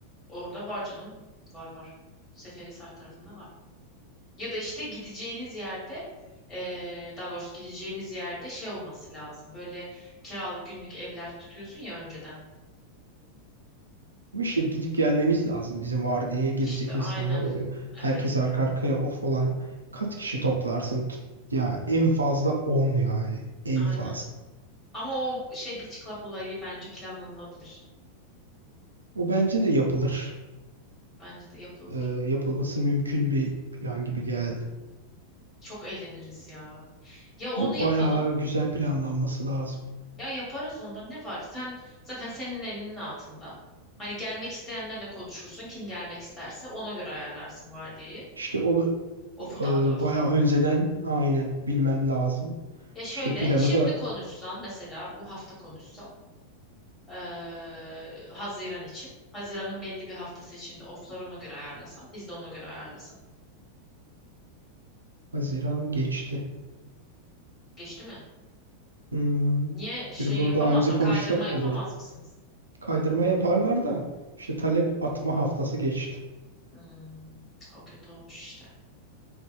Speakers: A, on the left; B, on the right.
A: Orada var canım. Var var. Seferihisar tarafında var. Ya da işte gideceğiniz yerde eee, daha doğrusu gideceğimiz yerde şey olması lazım. Böyle kiralık günlük evler tutuyorsun ya önceden.
B: Ama işte gidip gelmemiz lazım. Bizim vardiyaya girecek
A: İşte aynen.
B: insanlar oluyor.
A: Evet,
B: Herkes arka arkaya off olan kaç kişi toplarsın? Tut- Ya en fazla 10 yani. En
A: aynen.
B: fazla.
A: Ama o şey Beach Club olayı bence planlanılabilir.
B: O bence de yapılır.
A: Bence de yapılır.
B: Ee, yapılması mümkün bir plan gibi geldi.
A: Çok eğleniriz ya. Ya onu
B: Ama
A: yapalım
B: bayağı güzel planlanması lazım.
A: ya yaparız onda ne var? Sen zaten senin elinin altında. Hani gelmek isteyenlerle konuşursun. Kim gelmek isterse ona göre ayarlarsın vardiyi.
B: İşte onu
A: Ofu daha doğrusu.
B: e, bayağı önceden aynen bilmem lazım.
A: Ya şöyle
B: İşte planı
A: şimdi
B: da
A: konuşsan mesela bu hafta konuşsan eee, Haziran için. Haziran'ın belli bir haftası için de oflar ona göre ayarlasam. Biz de ona göre ayarlasak.
B: Haziran geçti.
A: Geçti mi?
B: Hmm.
A: Niye şey
B: Bir- Bunu
A: yapamazlar?
B: daha önce konuşsak
A: Kaydırma yapamaz
B: olur.
A: mısınız?
B: Kaydırma yaparlar da işte talep atma haftası geçti.
A: Hmm, o kötü olmuş işte.